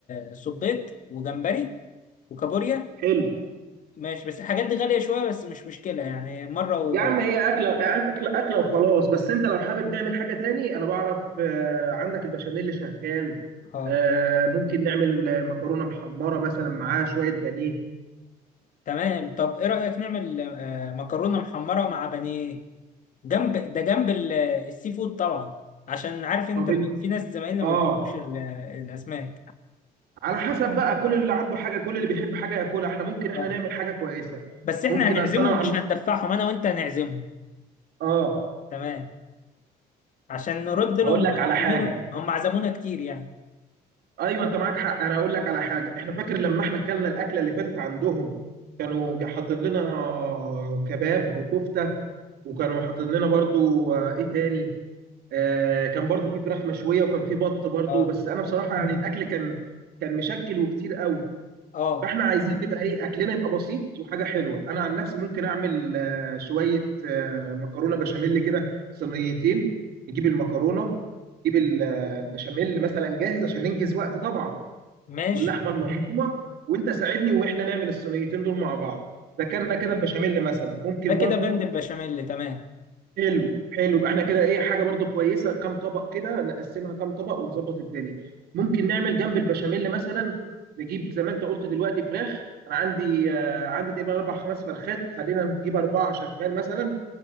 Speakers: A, on the left; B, on the right.
A: الصبيط وجمبري وكابوريا
B: حلو
A: ماشي بس الحاجات دي غاليه شويه بس مش مشكله يعني مره و...
B: يا عم هي اكله اكله اكله وخلاص بس انت لو حابب نعمل حاجه تاني انا بعرف آه، عندك البشاميل اللي شغال
A: اه
B: آه، ممكن نعمل آه، مكرونه محمره مثلا معاها شويه بانيه
A: تمام طب ايه رأيك نعمل آه، مكرونة محمرة مع بانيه جنب ده جنب ال- السي فود طبعا عشان عارف انت
B: طب انت
A: في ناس زمايلنا
B: اه
A: ما بيحبوش ال- الاسماك
B: على حسب بقى كل اللي عنده حاجه كل اللي بيحب حاجه ياكلها احنا ممكن احنا
A: اه
B: نعمل حاجه كويسه
A: بس احنا
B: ممكن
A: هنعزمهم
B: اصل انا عن
A: مش هندفعهم انا وانت هنعزمهم
B: اه
A: تمام عشان نرد لهم
B: هقول لك على حاجه
A: يميلوا هم عزمونا كتير يعني
B: ايوه انت معاك حق انا هقول لك على حاجه احنا فاكر لما احنا اكلنا الاكله اللي فاتت عندهم كانوا جا- حاطين لنا كباب وكفته وكانوا حاطين لنا برضو آه، ايه تاني آه كان برضو في فراخ مشويه وكان في بط برضو
A: اه
B: بس انا بصراحه يعني الاكل كان كان مشكل وكتير قوي
A: اه
B: فاحنا عايزين يبقى ايه اكلنا يبقى بسيط وحاجه حلوه انا عن نفسي ممكن اعمل آه، شويه آه، مكرونه بشاميل كده صينيتين نجيب المكرونه نجيب ال- آه، البشاميل مثلا جاهز عشان ننجز وقت طبعا
A: ماشي
B: واللحمه المفرومه وانت ساعدني واحنا نعمل الصينيتين دول مع بعض ذكرنا كده البشاميل مثلا ممكن
A: ده كده
B: برضو
A: بند البشاميل تمام
B: حلو حلو يبقى احنا كده ايه حاجه برضو كويسه كام طبق كده نقسمها كام طبق ونظبط الدنيا ممكن نعمل جنب البشاميل مثلا نجيب زي ما انت قلت دلوقتي فراخ انا عندي آه عندي تقريبا اربع خمس فرخات خلينا نجيب اربعه شغال مثلا